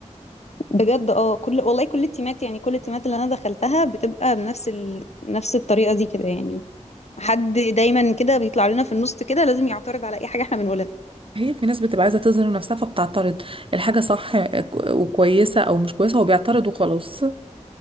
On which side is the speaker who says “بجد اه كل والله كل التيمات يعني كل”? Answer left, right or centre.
Left